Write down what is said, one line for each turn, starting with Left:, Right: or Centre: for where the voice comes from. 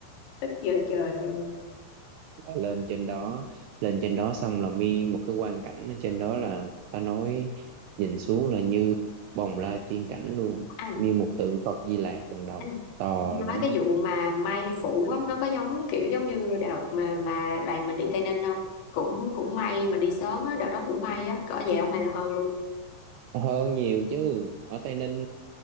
Left: ít giờ trời ơi,
Right: à lên trên đó lên trên đó xong là mi một cái quang cảnh ở trên đó là ta nói nhìn xuống là như bồng lai tiên cảnh luôn
Left: anh
Right: như một tượng Phật Di Lặc bằng đồng
Left: anh
Right: to
Left: nói
Right: lắm
Left: cái vụ mà may phủ á, nó có giống kiểu giống như đợt mà, mà đoàn mình đi Tây Ninh không cũng cũng may mình đi sớm á đợt đó cũng may á cỡ vậy không hay là hơn luôn
Right: hơn nhiều chứ ở Tây Ninh